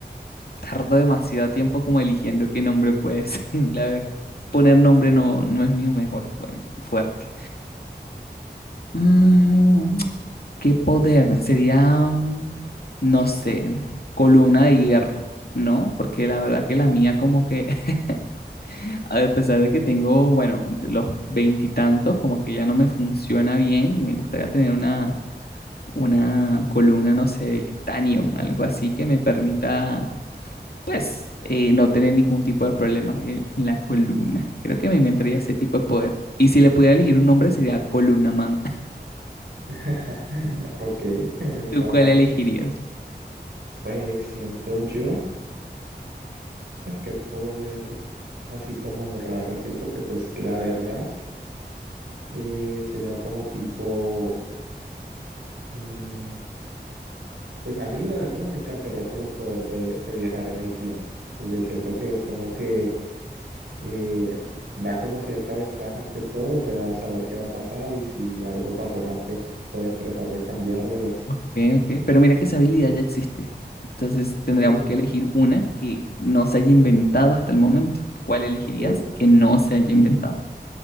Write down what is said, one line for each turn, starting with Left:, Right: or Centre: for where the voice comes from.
Left: tardo demasiado tiempo como eligiendo qué nombre puede ser. <laughs> La verdad, poner nombre no, no es mi mejor fuen- fuerte. Mm, ¿qué poder? Sería, mm, no sé, columna de hierro. No, porque la verdad que la mía como que, <laughs> a pesar de que tengo, bueno, entre los veintitantos, como que ya no me funciona bien y me gustaría tener una, una columna, no sé, de titanio, algo así que me permita pues, eh, no tener ningún tipo de problema en, en la columna. Creo que me inventaría
Right: Ujú.
Left: ese tipo de poder. Y si le pudiera elegir un nombre sería Columna Man.
Right: <laughs> Ok, <laughs>
Left: <laughs>
Right: está-
Left: ¿Tú cuál elegirías?
Right: pues siento yo. Es que poder así como raro, sí, porque pues la verdad eh, sería como tipo, mm, pues a mí la verdad me encantaría como el poder de, de viajar en el tiempo, porque siento que es como que eh, da como cierta ventaja ante todo, o sea, saber qué va a pasar y si algo pasó mal, pues puedes tratar de cambiarlo y así.
Left: Ok, ok. Pero mira que esa habilidad ya existe. Entonces tendríamos
Right: Sí,
Left: que elegir una que no se haya inventado hasta el momento. ¿Cuál elegirías
Right: sí,
Left: que no se haya inventado?